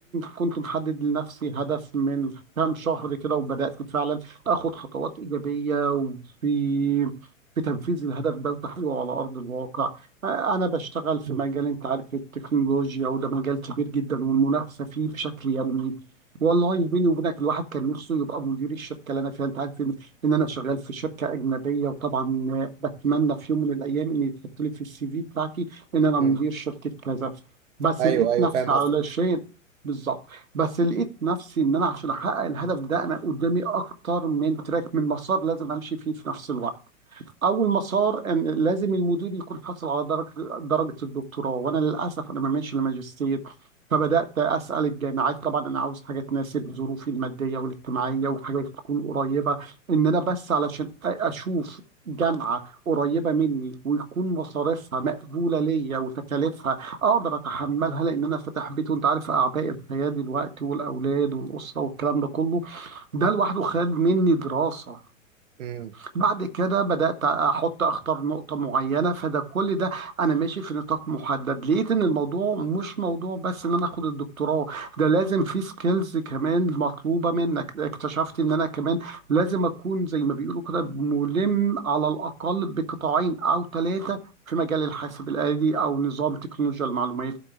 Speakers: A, on the right; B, on the right.
A: كنت محدد لنفسي هدف من كام شهر كده وبدات فعلا اخد خطوات ايجابيه وفي في تنفيذ الهدف ده وتحقيقه على ارض الواقع أنا بشتغل في
B: مم.
A: مجال أنت عارف التكنولوجيا وده مجال كبير جدا والمنافسة فيه بشكل يومي والله بيني وبينك الواحد كان نفسه يبقى مدير الشركة اللي أنا فيها أنت عارف إن إن أنا شغال في شركة أجنبية وطبعا آه، بتمنى في يوم من الأيام إن يتحط لي في السي في بتاعتي إن أنا
B: امم
A: مدير شركة كذا بس
B: ايوه
A: لقيت
B: ايوه
A: نفسي
B: فاهم
A: علشان
B: قصدك
A: بالظبط بس لقيت نفسي إن أنا عشان أحقق الهدف ده أنا قدامي أكتر من تراك من مسار لازم أمشي فيه في نفس الوقت اول مسار ان لازم المدير يكون حاصل على درجه درجه الدكتوراه وانا للاسف انا ما ماشي لماجستير فبدات اسال الجامعات طبعا انا عاوز حاجه تناسب ظروفي الماديه والاجتماعيه وحاجه تكون قريبه ان انا بس علشان أ- اشوف جامعه قريبه مني ويكون مصاريفها مقبوله ليا وتكاليفها اقدر اتحملها لان انا فاتح بيت وانت عارف اعباء الحياه دلوقتي والاولاد والاسره والكلام ده كله ده لوحده خد مني دراسه
B: امم
A: بعد كده بدأت أحط أختار نقطة معينة فده كل ده أنا ماشي في نطاق محدد لقيت إن الموضوع مش موضوع بس إن أنا أخد الدكتوراه ده لازم في سكيلز كمان مطلوبة منك اكتشفت إن أنا كمان لازم أكون زي ما بيقولوا كده ملم على الأقل بقطاعين أو ثلاثة في مجال الحاسب الآلي أو نظام تكنولوجيا المعلومات